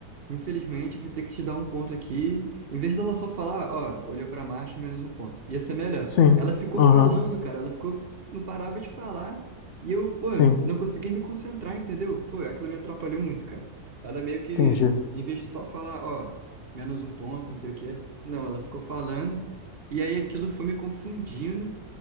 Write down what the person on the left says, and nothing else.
sim,
aham,
sim,
entendi.